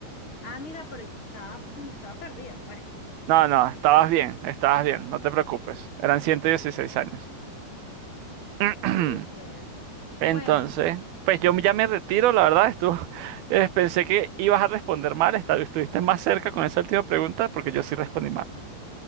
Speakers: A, on the left; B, on the right.
A: ah, mira, pero yo estaba, no estaba perdida, pues,
B: No, no, estabas bien, estabas bien, no te preocupes. Eran 116 años. <clears throat>
A: súper.
B: Entonces,
A: Bueno,
B: pues yo ya me retiro, la verdad, estuvo, <laughs> eh, pensé que ibas a responder mal, esta- estuviste más cerca con esa última pregunta porque yo sí respondí mal.